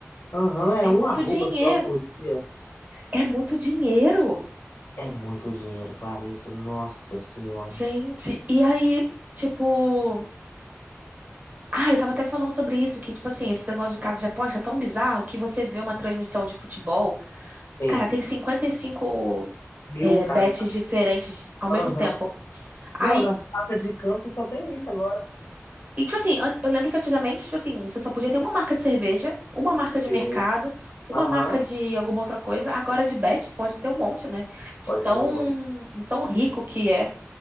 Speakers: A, on the left (about 70°); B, on the right (about 35°).
A: Aham, é
B: É
A: um
B: muito
A: arroba
B: dinheiro.
A: só por dia.
B: É muito dinheiro.
A: É muito dinheiro, Clarissa. Nossa senhora.
B: Gente, e aí, tipo. Ah, eu tava até falando sobre isso, que, tipo assim, esse negócio de casa de aposta é tão bizarro que você vê uma transmissão de futebol.
A: Tem
B: Cara, tem 55
A: mil
B: é,
A: casas.
B: bets diferentes ao mesmo
A: Aham.
B: tempo.
A: Não,
B: Aí
A: nas placas de campo só tem isso agora.
B: E, tipo assim, an- eu lembro que antigamente, tipo assim, você só podia ter uma marca de cerveja, uma marca de
A: Sim.
B: mercado, uma
A: Aham.
B: marca de alguma outra coisa. Agora de bet pode ter um monte, né? De
A: Pode
B: tão,
A: ter um monte.
B: de tão rico que é.